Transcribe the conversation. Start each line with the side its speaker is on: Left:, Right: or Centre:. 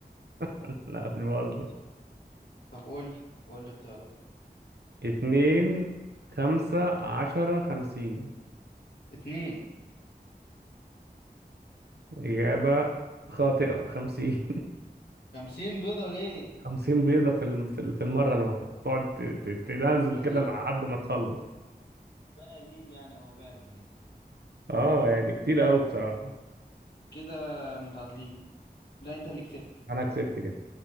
Right: <laughs> لا مش بهزر
Left: طب قول قول لي اختيارات
Right: اتنين خمسة عشرة خمسين
Left: اتنين
Right: إجابة خاطئة خمسين
Left: خمسين بيضة ليه
Right: <laughs> خمسين بيضة في الم- في ال- في المرة الواحدة تقعد ت- ت- تنزل
Left: ربنا
Right: كده
Left: يزيد
Right: لحد ما تخلص
Left: ربنا يزيد يعني ويبارك
Right: <laughs> اه يعني كتير قوي بصراحة
Left: كده متعادلين لا انت اللي كسبت
Right: انا كسبت كده